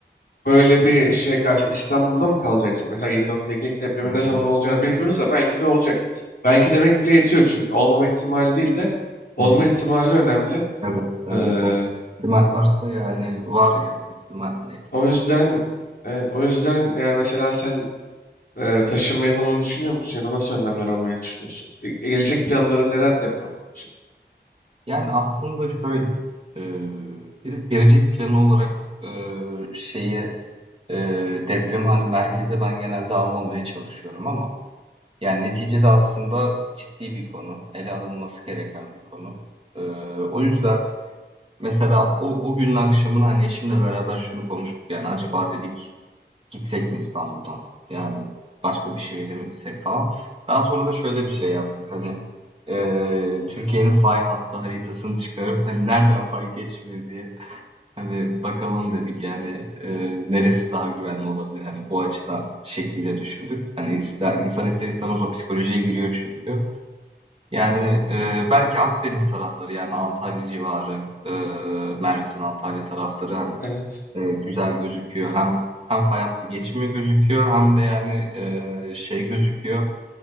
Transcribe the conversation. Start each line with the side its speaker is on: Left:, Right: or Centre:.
Left: böyle bir şeye karşı İstanbul'da mı kalacaksın? Mesela 7.2'lik depremin
Right: Hı hı,
Left: ne zaman olacağını bilmiyoruz da belki de olacak. Belki demek bile yetiyor çünkü olmama ihtimali değil de olma
Right: hı hı.
Left: ihtimali önemli.
Right: Evet, evet.
Left: Ee,
Right: O ihtimal varsa yani var yani ihtimal neticede.
Left: O yüzden evet o yüzden yani mesela sen e, taşınmayı falan düşünüyor musun ya da nasıl önlemler almayı düşünüyorsun? E, e, gelecek planların neler deprem konusunda?
Right: Yani aslında şöyle e, direkt gelecek planı olarak e, şeyi e, depremi hani merkeze ben genelde almamaya çalışıyorum ama yani neticede aslında ciddi bir konu. Ele alınması gereken bir konu. E, o yüzden mesela o, o günün akşamını hani eşimle beraber şunu konuştuk yani acaba dedik Gitsek mi İstanbul'dan? Yani başka bir şehre mi gitsek falan. Daha sonra da şöyle bir şey yaptık hani eee, Türkiye'nin fay hattı haritasını çıkarıp hani nereden fay geçmiyor diye hani bakalım dedik yani eee, neresi daha güvenli olabilir hani bu açıdan şekliyle düşündük. Hani ister, insan ister istemez o psikolojiye giriyor çünkü. Yani eee, belki Akdeniz tarafları yani Antalya civarı, eee, Mersin, Antalya tarafları hani
Left: Evet.
Right: e, güzel gözüküyor. Hem hem fay hattı geçimi gözüküyor hem de yani e, şey gözüküyor.